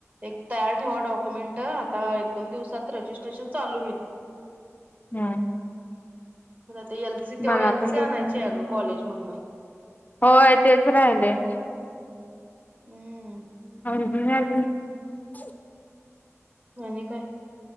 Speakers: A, on the right; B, on the left.
A: एक तयार ठेवा डॉक्युमेंट, आता एक दोन दिवसात रजिस्ट्रेशन चालू होईल.
B: हम्म.
A: मला ते एल सी तेवढी
B: मला
A: एल
B: पण
A: सी
B: भेटलं.
A: आणायची आहे. अगं कॉलेजमधन.
B: होय तेच राहिलेय.
A: हम्म.
B: <unintelligible>
A: आणि काय.